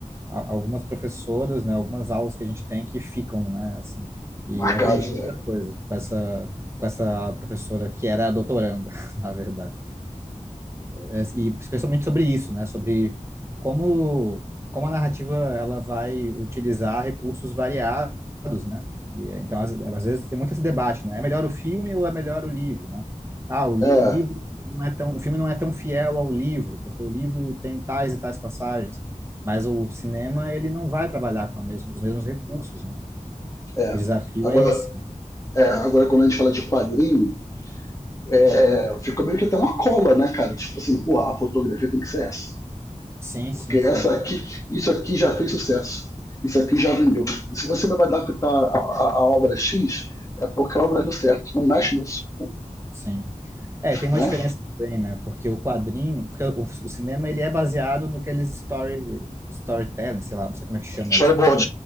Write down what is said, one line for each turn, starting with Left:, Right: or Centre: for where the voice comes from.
Right: a- algumas professoras, né? Algumas aulas que a gente tem que ficam, né? Assim, e
Left: Marcados.
Right: eu aprendi muita
Left: Né?
Right: coisa com essa, com essa professora que era a doutoranda, <laughs> na verdade é, e especialmente sobre isso, né? Sobre como, como a narrativa ela vai utilizar recursos variados, né? E, é, então, às, às vezes, tem muito esse debate, né? É melhor o filme ou é melhor o livro, né? Ah, o, li,
Left: É,
Right: o livro não é tão, o filme não é tão fiel ao livro, porque o livro tem tais e tais passagens, mas o cinema, ele não vai trabalhar com a mesma, os mesmos recursos, né?
Left: é.
Right: O desafio
Left: Agora,
Right: é esse.
Left: é, agora, quando a gente fala de quadrinho, é, é, fica meio que até uma cola, né, cara? Tipo assim, porra, a fotografia tem que ser essa.
Right: Sim,
Left: Porque
Right: sim,
Left: essa
Right: sim,
Left: aqui, isso aqui já fez sucesso. Isso aqui já vendeu. E se você vai adaptar a, a, a obra X, é porque a obra deu certo. Não mexe nisso,
Right: sim. É, tem uma
Left: né?
Right: diferença também, né? Porque o quadrinho, porque o, o cinema ele é baseado no que eles story, storytelling, sei lá, não sei como é que chama
Left: Storyboard.
Right: isso.